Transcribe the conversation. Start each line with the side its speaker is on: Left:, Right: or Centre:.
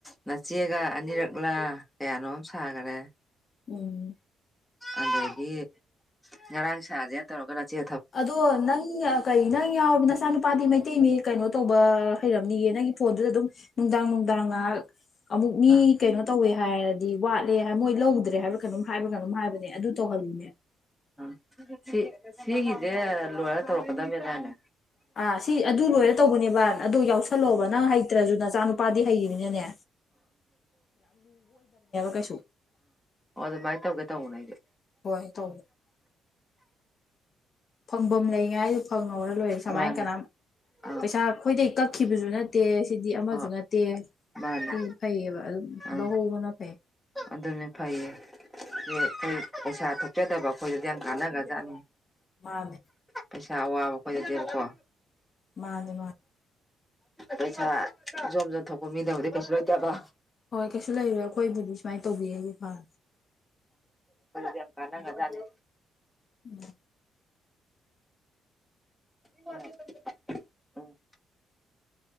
Centre: ꯅꯆꯦꯒ ꯑꯅꯤꯔꯛꯂꯥ ꯀꯌꯥꯅꯣ ꯑꯃ ꯁꯥꯈꯔꯦ
Left: ꯎꯝ
Centre: ꯑꯗꯒꯤ ꯉꯔꯥꯡ ꯁꯥꯁꯦꯅ ꯇꯧꯔꯒꯔ ꯆꯦ
Left: ꯑꯗꯣ ꯅꯪ ꯀꯩ ꯅꯪ ꯌꯥꯎ ꯅꯆꯥ ꯅꯨꯨꯄꯥꯗꯤ ꯃꯩꯇꯩ ꯃꯤ ꯀꯩꯅꯣ ꯇꯧꯕ ꯍꯩꯔꯝꯅꯤꯌꯦ ꯅꯪ ꯐꯣꯟꯗꯨꯗ ꯑꯗꯨꯝ ꯅꯨꯡꯗꯥꯡ ꯅꯨꯡꯗꯥꯡ ꯉꯥꯏꯍꯥꯛ ꯑꯃꯨꯛ ꯃꯤ
Centre: ꯑꯥ
Left: ꯀꯩꯅꯣ ꯇꯧꯋꯦ ꯍꯥꯏꯔꯗꯤ ꯋꯥꯠꯂꯦ ꯍꯥꯏ ꯃꯣꯏ ꯂꯧꯗ꯭ꯔꯦ ꯍꯥꯏꯕ꯭ꯔꯥ ꯀꯩꯅꯣꯝ ꯍꯥꯏꯕ ꯀꯩꯅꯣꯝ ꯍꯥꯏꯕꯅꯦ ꯑꯗꯨ ꯇꯧꯍꯜꯂꯨꯅꯦ
Centre: ꯎ ꯁꯤ ꯁꯤꯒꯤꯁꯦ ꯂꯣꯏꯔ ꯇꯧꯔꯛꯀꯗꯕꯅꯦꯗꯥꯅꯦ
Left: ꯑꯥ ꯁꯤ ꯑꯗꯨ ꯂꯣꯏꯔ ꯇꯧꯕꯅꯦꯕ ꯑꯗꯨꯣ ꯌꯥꯎꯁꯜꯂꯛꯣꯕ ꯅꯪ ꯍꯩꯇ꯭ꯔꯁꯨ ꯅꯆꯥꯅ ꯅꯨꯄꯥꯗꯤ ꯍꯩꯅꯤꯅꯅꯦ ꯀꯩꯁꯨ
Centre: ꯑ ꯑꯗꯥꯏ ꯇꯧꯒꯦ ꯇꯧꯅ
Left: ꯍꯣꯏ ꯇꯧ ꯐꯪꯐꯝ ꯂꯩꯉꯥꯏꯗ ꯐꯪꯍꯧꯔ ꯂꯣꯏꯔꯦ ꯁꯨꯃꯥꯏꯅ
Centre: ꯑꯥ ꯃꯥꯅꯦ
Left: ꯀꯅꯥ
Centre: ꯑꯥ
Left: ꯄꯩꯁꯥ ꯈꯈꯣꯏꯗꯩ ꯀꯛ ꯀꯈꯤꯕꯁꯨ ꯅꯠꯇꯦ ꯁꯤꯗꯤ ꯑꯃꯁꯨ
Centre: ꯍꯣꯏ
Left: ꯅꯠꯇꯦ
Centre: ꯃꯥꯅꯦ
Left: ꯁꯤ ꯐꯩꯌꯦꯕ ꯑꯗꯨꯝ
Centre: ꯑꯪ
Left: ꯂꯧꯍꯧꯕꯅ ꯐꯩ
Centre: ꯑꯗꯨꯅꯦ ꯐꯩꯌꯦ ꯑꯩꯈꯣꯏ ꯄꯩꯁꯥ ꯊꯣꯛꯆꯗꯕ ꯑꯩꯈꯣꯏꯗꯗꯤ ꯌꯥꯝ ꯀꯥꯟꯅꯈ꯭ꯔꯖꯥꯠꯅꯤ
Left: ꯃꯥꯅꯦ
Centre: ꯄꯩꯁꯥ ꯑꯋꯥꯕ ꯈꯣꯏ ꯂꯩꯗꯦꯕꯀꯣ
Left: ꯃꯥꯅꯦ ꯃꯥꯅꯤ
Centre: ꯄꯩꯁꯥ ꯖꯣꯝ ꯖꯣꯝ ꯊꯣꯛꯄ ꯃꯤꯗꯕꯨꯗꯤ ꯀꯩꯁꯨ ꯂꯣꯏꯇꯦꯕ
Left: ꯍꯣꯏ ꯀꯩꯁꯨ ꯂꯩꯔꯦ ꯑꯩꯈꯣꯏꯕꯨꯗꯤ ꯁꯨꯃꯥꯏꯅ ꯇꯧꯕꯤꯔꯒꯦ ꯐꯅꯤꯦ
Centre: ꯌꯥꯝ ꯀꯥꯟꯅ ꯉꯖꯥꯅꯤ
Left: ꯎꯝ
Centre: ꯎꯝ